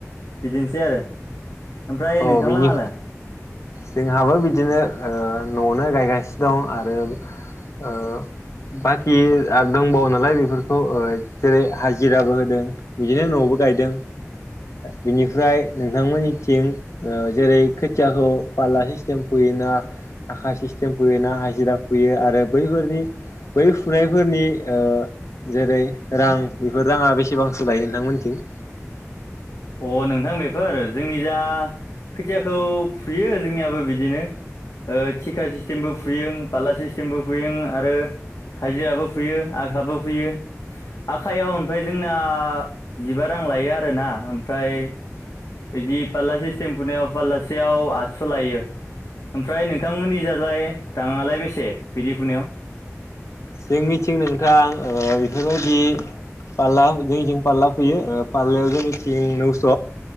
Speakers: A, on the left; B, on the left.
A: बिदिनोसै आरो। ओमफ्राय
B: औ
A: नोंथांलाङालाय
B: बेनि जोंहाबो बिदिनो ओ न'आवनो गायगासिनो दं आरो ओ बाखि आरो दंबावो नालाय बेफोरखौ जेरै हाजिराबो होदों बिदिनो न'बो गायदों बेनिफ्राय नोंथांमोननिथिं जेरै खोथियाखौ फाला सिस्टेम फोयोना आखा सिस्टेम फोयोना हाजिरा फुयो आरो बैफोरनि बै फुनायफोरनि ओ जेरै रां बेफोर राङा बेसेबांसो लायो नोंथांमोनथिं?
A: <inaudible> अ नोंथां बेफोर जोंनि जा खोथियाखौ फुयो जोंनियाबो बिदिनो थिखा सिस्टेमबो फुयो फाला सिस्टेमबो फुयो आरो। हाजिराबो फैयो आखहाबो फैयो आखाइयाव ओमफ्राय जोंना जिबा रां लायो आरोना ओमफ्राय बिदि फालला सिस्टेम फुनायाव फाललासेयाव आदस' लायो। ओमफ्राय नोंथांमोननि जालाय राङालाय बेसे बिदि फुनायाव?
B: जों मिथिं नोंथां ओ बेफोरबायदि फालला जोंनिथिं फालला फुयो फाल्लायाव जोंनि थिं नौस'